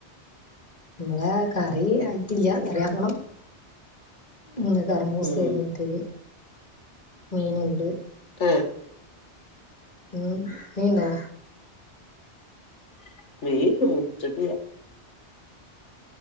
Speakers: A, on the left; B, on the left.
A: മളെ കറി ആയിട്ടില്ല കറി ആക്കണം മൂന്ന് കറമൂസേണ്
B: ഉം
A: കിട്ടിയത് മീന്ണ്ട്.
B: ഉം
A: ഉം മീൻണ്ടോ
B: <unintelligible>